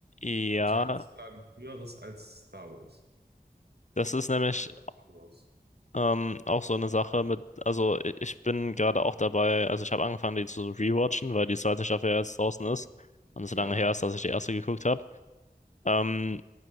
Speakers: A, on the left; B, on the right.
A: ja.
B: Und die hat sogar ein höheres als Star Wars.
A: Das ist nämlich.
B: Alle The Clone Wars.
A: Ähm, auch so eine Sache mit, also i- ich bin gerade auch dabei, also ich habe angefangen, die zu rewatchen, weil die zweite Staffel ja jetzt draußen ist und es
B: Ja,
A: so lange her ist, dass ich die erste geguckt habe. Ähm,